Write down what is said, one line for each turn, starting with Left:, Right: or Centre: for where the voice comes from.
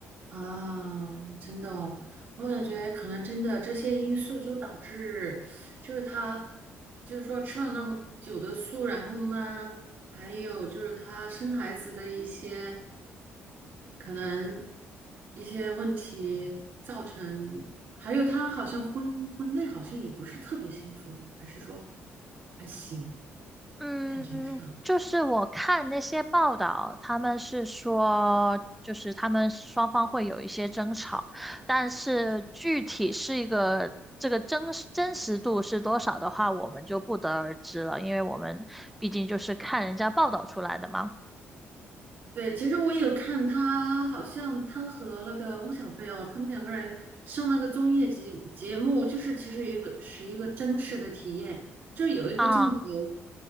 Right: 啊，真的哦我感觉可能真的这些因素就导致，就是她就是说吃了那么久的素，然后呢，还有就是她生孩子的一些。可能一些问题造成，还有他好像婚婚内好像也不是特别幸福，还是说还行，
Centre: 嗯，
Right: 感觉上，
Centre: 就是我看那些报道，他们是说，就是他们双方会有一些争吵，但是具体是一个这个真实真实度是多少的话，我们就不得而知了，因为我们毕竟就是看人家报道出来的嘛。
Right: 对，其实我也有看他，好像他和那个汪小菲哦，他们两个人上那个综艺节节目，就是其实一个是一个真实的体验，就是有一个镜头，
Centre: 啊，